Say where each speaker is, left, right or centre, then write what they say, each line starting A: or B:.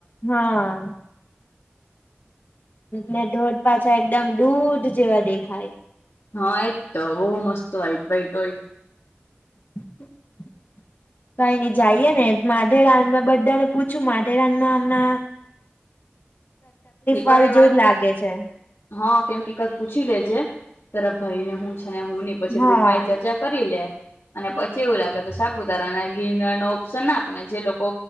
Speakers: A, on the left; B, on the left.
A: હા. ને ઢોધ પાછા એકદમ દૂધ જેવા દેખાય.
B: હા એજ તો બહુ મસ્ત વાઇટ વાાઈટ હોય.
A: <inaudible> કઈ નઈ જઈએ ને માધેરાન બધાને પૂછ્યું માધેરાનમાં હમણા
B: એક
A: વાળું
B: વાર એ
A: જેવું
B: વાત
A: જ લાગે
B: કર
A: છે.
B: હા કેમ કે એક વાર પૂછી લેજે તરા ભાઈને હું છે ને હું હી પછી
A: હા
B: ગ્રુપ માં એ ચર્ચા કરી લે અને પછી એવું લાગે તો સાપુતારા અને ગિરનાર નો ઓપ્શન આપે ને જે લોકો